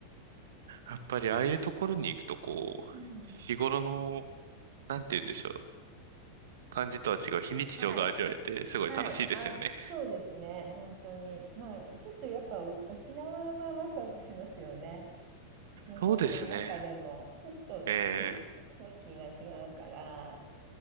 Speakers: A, on the right; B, on the right.
A: やっぱりああいうところに行くと、こう、
B: うん。
A: 日頃の、なんて言うんでしょう。感じとは違う非日常が味わえて、
B: はい。
A: すごい楽しいですよね。
B: はい。あ、そうですね。本当に。まあ、ちょっとやっぱお沖縄はワクワクしますよね。日本の中でも。
A: そうですね。
B: ちょっとち、
A: え
B: 雰囲気が違うから、